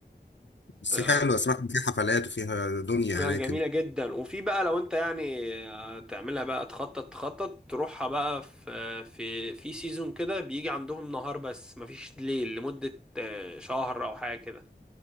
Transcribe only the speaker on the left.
بس
حلوه سمعت ان في حفلات وفيها دنيا
هناك